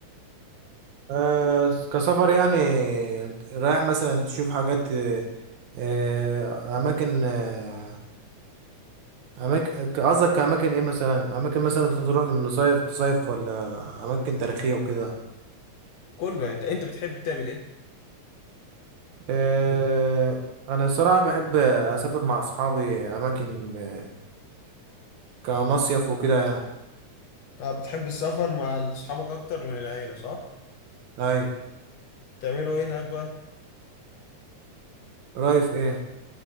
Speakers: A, on the right; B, on the left.
A: آه كسفر يعني رايح مثلا تشوف حاجات آه آه، اماكن آه اماكن قصدك اماكن ايه مثلا اماكن مثلا تروح تصيف تصيف ولا اماكن تاريخيه وكده
B: كله يعني انت انت بتحب تعمل ايه؟
A: آه، انا صراحة بحب اسافر مع اصحابي اماكن آه، كمصيف وكده يعني
B: طب بتحب السفر مع اصحابك اكتر من العيلة صح؟
A: ايوه
B: بتعملوا ايه هناك بقى؟
A: رايف ايه